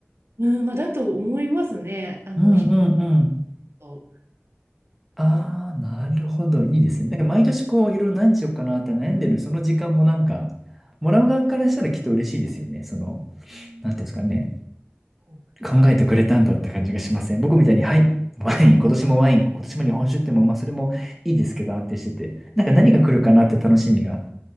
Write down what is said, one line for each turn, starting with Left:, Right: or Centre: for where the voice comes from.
Right: うん、まあだと思いますね。あの、
Centre: うんうんうん。
Right: ひと、
Centre: ああ、なるほど。いいですね。なんか毎年こう、いろいろ何しようかなって悩んでる、その時間もなんか、もらう側からしたらきっと嬉しいですよね。その、
Right: えー
Centre: なんていうんですかね。
Right: こ
Centre: 考えてくれたんだって感じがしません。僕みたいに、はい、ワイン、今年もワイン、今年も日本酒っても、まあ、それもいいですけど、安定してて。なんか何が来るかなって楽しみが。
Right: う、い